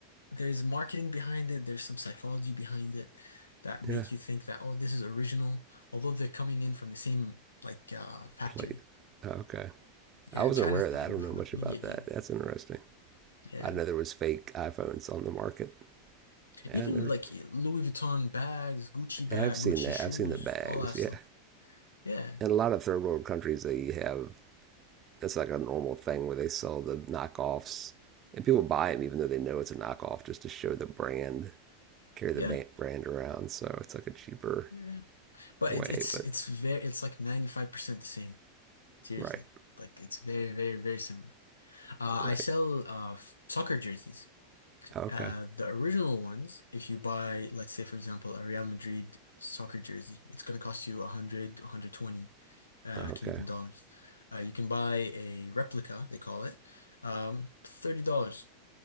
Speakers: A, on the left; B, on the right.
A: there's marketing behind it, there's some psychology behind it that make
B: Yeah,
A: you think that, oh, this is original, although they're coming in from the same like uh factory.
B: please. Oh, okay,
A: Yeah,
B: I wasn't
A: and China's
B: aware of
A: playing
B: that. I don't
A: that
B: know much
A: like media
B: about
A: game.
B: that. That's interesting.
A: Yeah.
B: I know there was fake iPhones on the market, and
A: Even
B: I never
A: like Louis Vuitton bags, Gucci bag,
B: Yeah, I've seen
A: Gucci
B: that.
A: shoes,
B: I've seen the bags.
A: all that
B: Yeah.
A: stuff. Yeah.
B: In a lot of third world countries, they have that's like a normal thing where they sell the knockoffs, and people buy them even though they know it's a knockoff just to show the brand, carry
A: Yeah.
B: the brand around. So it's like a cheaper
A: Yeah. But
B: way.
A: it, it's
B: But
A: it's very it's like 95% the same. Seriously.
B: right,
A: Like it's very, very, very similar. Uh,
B: right,
A: I sell uh f- soccer jerseys.
B: okay,
A: Uh the original ones, if you buy, let's say for example, a Real Madrid soccer jersey, it's gonna cost you 100, 120 uh
B: okay,
A: Canadian dollars. Uh, you can buy a replica, they call it, um, $30,